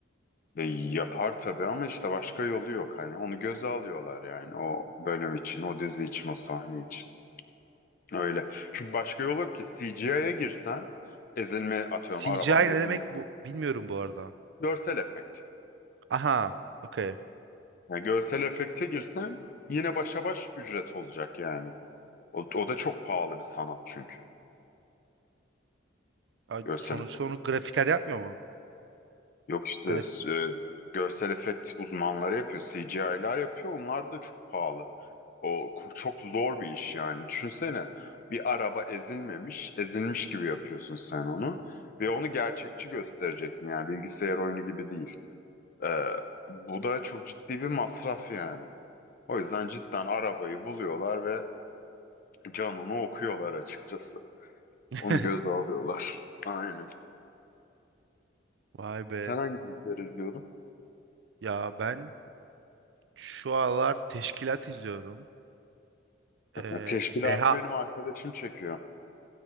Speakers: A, on the left; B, on the right.
A: E, yapar tabii ama işte başka yolu yok. Hani onu göze alıyorlar yani o bölüm için, o dizi için, o sahne için. Öyle. Çünkü başka yol yok ki CGI'ye girsen ezilme atıyorum
B: CGI
A: arabanın ezilmesi
B: ne demek bu bilmiyorum bu arada.
A: Görsel efekt.
B: Aha, okey.
A: Yani görsel efekte girsen yine başa baş ücret olacak yani. O, o da çok pahalı bir sanat çünkü.
B: Ay,
A: Görsel
B: Sonuçta
A: efekt.
B: onu grafiker yapmıyor mu?
A: Yok işte
B: Graf
A: e, görsel efekt uzmanları yapıyor. CGI'lar yapıyor. Onlar da çok pahalı. O ko- çok zor bir iş yani. Düşünsene bir araba ezilmemiş, ezilmiş gibi yapıyorsun sen onu. Ve onu gerçekçi göstereceksin yani bilgisayar oyunu gibi değil. Ee, bu da çok ciddi bir masraf yani. O yüzden cidden arabayı buluyorlar ve Canon'u okuyorlar açıkçası.
B: <laughs>
A: Onu göze alıyorlar. Aynen.
B: Vay be.
A: Sen hangi diziler izliyordun?
B: Ya ben şu aralar teşkilat izliyorum.
A: Ha,
B: Ee,
A: Teşkilatı
B: Deha
A: benim arkadaşım çekiyor.